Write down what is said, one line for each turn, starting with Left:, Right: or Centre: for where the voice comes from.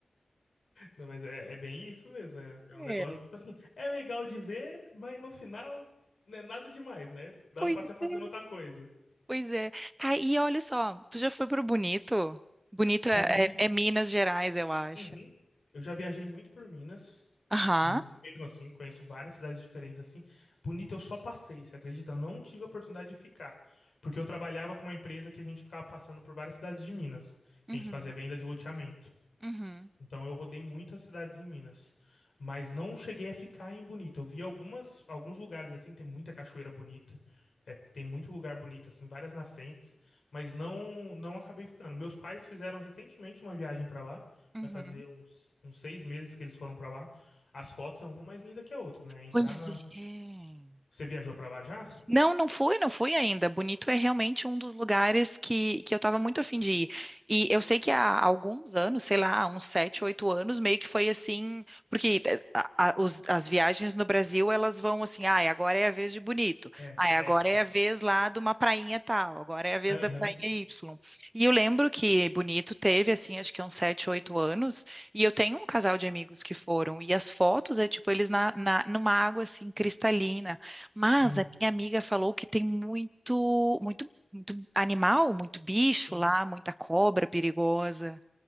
Left: Não, mas é, é bem isso mesmo. É, é um
Right: É,
Left: negócio que, tipo assim, é legal de ver, mas no final não é nada demais, né? Dava
Right: pois
Left: pra ter fazendo
Right: é,
Left: outra coisa.
Right: pois é. Tá, e olha só, tu já foi pro Bonito? Bonito
Left: Pra
Right: é,
Left: bonito.
Right: é- é Minas Gerais, eu acho.
Left: Uhum. Eu já viajei muito por Minas,
Right: Aham.
Left: muito mesmo assim, conheço várias cidades diferentes assim. Bonito, eu só passei, você acredita? Eu não tive a oportunidade de ficar. Porque eu trabalhava com uma empresa que a gente ficava passando por várias cidades de Minas, que
Right: Uhum,
Left: a gente fazia venda de loteamento.
Right: uhum,
Left: Então eu rodei muitas cidades em Minas, mas não cheguei a ficar em Bonito. Eu vi algumas, alguns lugares assim, tem muita cachoeira bonita, é, tem muito lugar bonito assim, várias nascentes, mas não não acabei ficando. Meus pais fizeram recentemente uma viagem para lá,
Right: uhum.
Left: vai fazer uns, uns seis meses que eles foram para lá. As fotos são uma mais linda que a outra, né? Entrar
Right: Pois
Left: na.
Right: é.
Left: Você viajou para lá já?
Right: Não, não fui, não fui ainda. Bonito é realmente um dos lugares que, que eu estava muito afim de ir. E eu sei que há alguns anos, sei lá, uns sete, oito anos, meio que foi assim, porque eh, a- a- os- as viagens no Brasil, elas vão assim, ah, agora é a vez de Bonito,
Left: É,
Right: ah,
Left: é.
Right: agora é a vez lá de uma prainha tal, agora é a vez
Left: Aham,
Right: da prainha Y. E eu lembro que Bonito teve, assim, acho que uns sete, oito anos, e eu tenho um casal de amigos que foram, e as fotos é tipo eles na, na, numa água, assim, cristalina, mas
Left: Sim,
Right: a minha amiga falou que tem muito, muito, muito animal, muito bicho
Left: sim.
Right: lá, muita cobra perigosa.